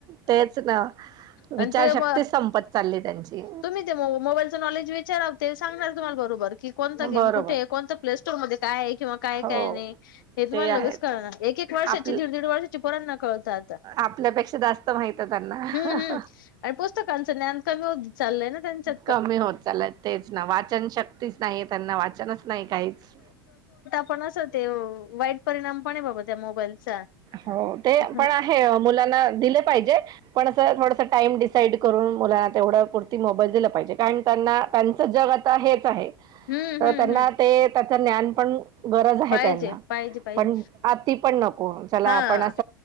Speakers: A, on the right; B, on the left.
A: तेच ना
B: आणि
A: विचारशक्ती
B: ते ब
A: संपत चालली त्यांची
B: तुम्ही ते मोबाईलच नॉलेज विचारा ते सांणार तुम्हाला बरोबर की कोणता गेम
A: बरोबर
B: कुठे कोण प्ले सोर मध्ये काय किंवा काय
A: हो
B: काय नाही हे तुम्हाला
A: ते आहेच
B: लगेच कळणार एक एक वर्षाची
A: आप
B: दीड दीड वर्षाची पणना कळत
A: आपल्यापेक्षा जास्त माहित आहे त्यांना
B: हम्म हम्म आणि पुस्तकांच ज्ञान कमी होत चालय त्या ा
A: कमी होत चालत तेच ना वाचन शक्तीच नाही त्यांना वाचनच नाही काहीच
B: पण अस ते वाईट परिणाम पण आहे बाबा त्या मोबाईलचा
A: हो ते
B: हम्म
A: पण आहे मुलांना दिले पाहिजे पण असं थोडासं टाम डिसाईड करून मुला तेवढं पुर्ती मोबाईल दि कार त्यां त्यांच जग आता हेच आहे
B: हम्म
A: तर त्यांना
B: हम्म
A: ते त्यांच ज्ञान पण गरज आहे
B: पाहिजे
A: त्यांना
B: पाहिजे पाहिजे
A: पण आ ती पण नको चला
B: हा
A: आपण अस